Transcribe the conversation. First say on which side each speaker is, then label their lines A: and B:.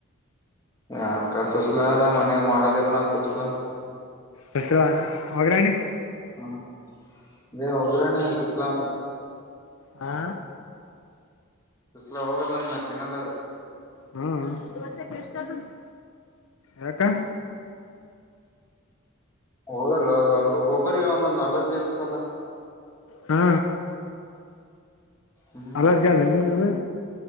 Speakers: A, on the left; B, on the left.
A: ಯಾಕ್ಕ ಸುಸ್ಲ ಅದ ಮನ್ಯಾಗ ಮಾಡೋದಿಲ್ಲ ನ ಸುಸ್ಲ
B: ಹೆಸ್ರಾ ಒಗ್ರಣಿ
A: ಹಾ ಲೆ ಒಗ್ಗರಣೆ ಹಾಕ್ ಸುಸ್ಲಾ ಮಾಡ್
B: ಹಾ
A: ಸುಸ್ಲ ಹೋಗಲ್ಲನ್ನ ನಾ ತಿನ್ನಲ್ಲದು
B: ಹ್ಮ ದೋಸೆಗ್ ಎಷ್ಟ್ ತಗಂಡ್ರ್ ಯಾಕ
A: ಹೋಗಲ್ಲ ಅದು ಒಂದು ಒಬ್ಬರಿಗೆ ಒಂದೊಂದು ಅಲರ್ಜಿ ಇರ್ತಲ್ಲ
B: ಹ್ಮ
A: ಹ್ಮ್
B: ಅಲರ್ಜಿ ಅದು ನಿನಗೆ ಅದು